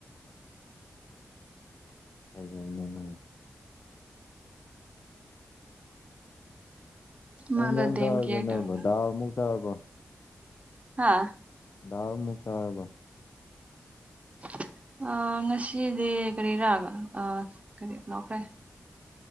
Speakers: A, on the left; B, on the right.
A: ꯍꯥꯏꯖꯅꯦꯅꯦ
B: ꯃꯥꯗꯣ
A: ꯏꯟꯁꯥꯡ
B: ꯗꯦꯝ
A: ꯊꯥꯔꯒꯦ
B: ꯀꯦꯌꯔ
A: ꯅꯣꯏꯕ
B: ꯇꯧꯔꯒ
A: ꯗꯥꯜꯃꯨꯛ ꯆꯥꯔꯕ
B: ꯍꯥꯥ
A: ꯗꯥꯎ ꯑꯃꯨꯛ ꯆꯥꯔꯕ
B: <unintelligible> ꯉꯁꯤꯗꯤ ꯀꯔꯤꯔꯥꯒ ꯀꯔꯤ ꯂꯧꯈ꯭ꯔꯦ